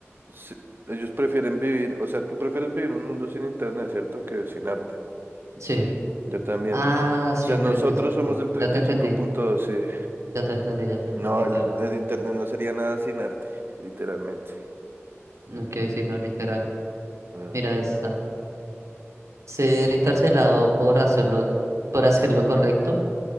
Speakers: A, on the right; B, on the right.
A: Sí, ellos prefieren vivir, o sea, tú prefieres vivir en un mundo sin internet, ¿cierto? Que sin arte.
B: Sí.
A: Yo también.
B: Ah,
A: O
B: sí,
A: sea, nosotros
B: treinta y cinco
A: somos del 35.2,
B: Ya te entendí,
A: sí.
B: ya te entendí, ya te entendí,
A: No, el,
B: perdón.
A: in- el internet no sería nada sin arte, literalmente.
B: No quiero decir no literal.
A: Mm.
B: Mira esta. Ser encarcelado por hacerlo, por hacer lo correcto